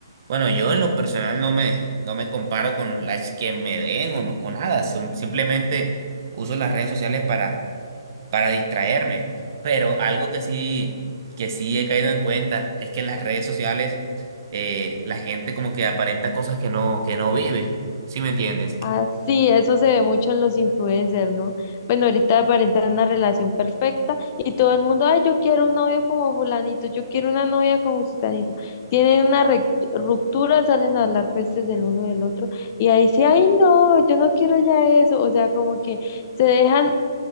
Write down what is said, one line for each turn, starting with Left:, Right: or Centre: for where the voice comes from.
Right: Bueno, yo en lo personal no me, no me comparo con los likes que me den o, no- o nada. Sim- simplemente uso las redes sociales para para distraerme. Pero algo que sí, que sí he caído en cuenta es que en las redes sociales eh, la gente como que aparenta cosas que no, que no vive. ¿Sí me entiendes?
Left: Así, eso se ve mucho en los influencers, ¿no? Bueno, ahorita aparentan una relación perfecta y todo el mundo, ay, yo quiero un novio como fulanito, yo quiero una novia como sutanito. Tienen una rec- ruptura, salen a hablar pestes del uno del otro y ahí sí, ay, no, yo no quiero ya eso. O sea, como que se dejan